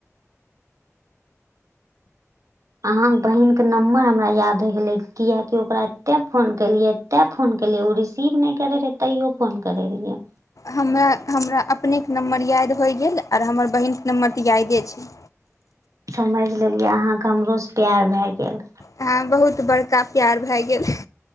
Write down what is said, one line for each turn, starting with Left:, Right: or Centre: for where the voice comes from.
Right: अहाँके बहिीनके नम्बर हमरा याद होय गेलै किियकि ओकरा एतेक फोन केलियै एतेक फोन केलियै ओ रिसीव नहि करैत रहै तैो फोन करैत रहियै
Left: हमरा हमरा अपनेके नम्बर याद होइ गेल आर हमर बहिनके नम्बर तऽ यादे छै
Right: समझि लेलिए अहाँके हमरोसँ प्यार भए गेल
Left: हँ बहुत बड़का प्यार भए गेल